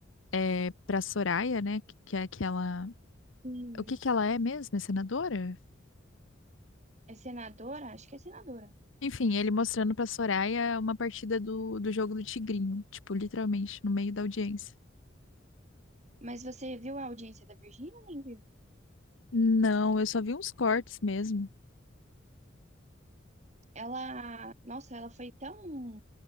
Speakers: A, on the left; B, on the right.
A: é, pra Soraya, né, que, que é aquela...
B: Hum,
A: O que que ela é mesmo? É senadora?
B: é senadora? Acho que é senadora.
A: Enfim, ele mostrando pra Soraya uma partida do, do jogo do Tigrinho, tipo, literalmente, no meio da audiência.
B: Mas você viu a audiência da Virgínia, nem viu?
A: Não, eu só vi uns cortes mesmo.
B: Ela, nossa, ela foi tão,